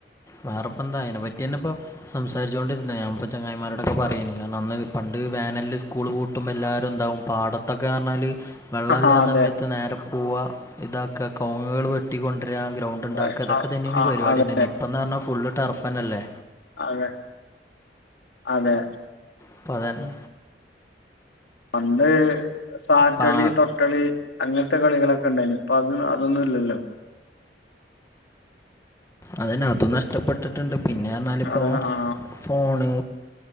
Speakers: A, on the left; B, on the left.
A: വേറെപ്പന്താഅതിനെ പറ്റിന്നെ ഇപ്പം സംസാരിച്ചുണ്ടിരുന്ന ഞാന്പ്പം ചങ്ങായിമാരോ. ഇടൊക്കെ പറയേനി
B: ആഹ്
A: കാരണം അന്ന് പണ്ട് വേനലിൽ സ്കൂൾ പൂട്ടുമ്പോൾ എല്ലാവരും എന്താവും പാടത്തൊക്കെ പറഞ്ഞാല്. വെള്ളല്ലാത്ത
B: ആഹ് അതെ
A: സമയത്ത് നേരെ പോവ. ഇതാക്ക കവുങ്ങുകൾ വെട്ടി കൊണ്ടരാ ഗ്രൗണ്ട് ഉണ്ടാക്കുക.
B: ആ
A: അതൊക്കെ ഇനി ഇനി
B: ആ
A: പരിപാടി
B: അതെ
A: ഉണ്ടേനി ഇപ്പ എന്ന് പറഞ്ഞാ ഫുള്ള് ടർഫനല്ലേ.
B: അതെ അതെ
A: ഇപ്പ അതന്നെ
B: പണ്ട് സാറ്റളി
A: പാ
B: തൊട്ടളി. അങ്ങനത്തെ കളികളൊക്കെ ഉണ്ടായിനി ഇപ്പ അതും അതൊന്നു ഇല്ലല്ലോ.
A: അതന്നെ അതും നഷ്ടപ്പെട്ടിട്ടുണ്ട് പിന്നെ പറഞ്ഞാലിപ്പോ.
B: അത ആ
A: ഫോണ്